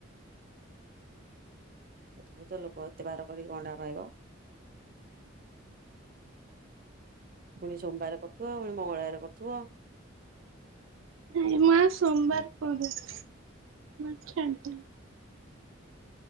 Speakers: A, on the right; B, on the right.
A: ଅଦ୍ଭୁତ ଲୋକ ଏତେ ବାର କରିକି କଣ୍ଟା ପାଇବ। ପୁଣି ସୋମବାର କରୁଥିବ ପୁଣି ମଙ୍ଗଳବାର କରୁଥିବ।
B: ନାଇଁ ମା ସୋମବାର କରୁନି ମୁଁ ଛାଡିଦେଲି।